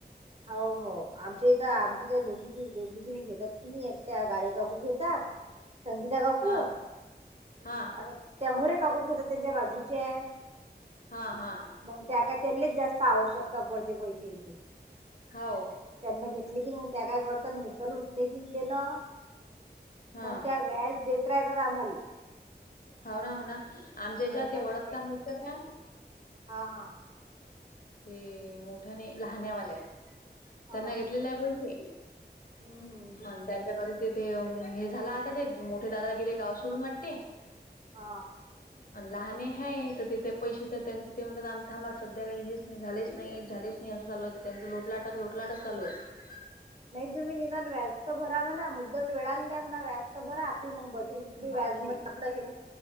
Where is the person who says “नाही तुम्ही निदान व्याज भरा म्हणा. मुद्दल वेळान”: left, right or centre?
Right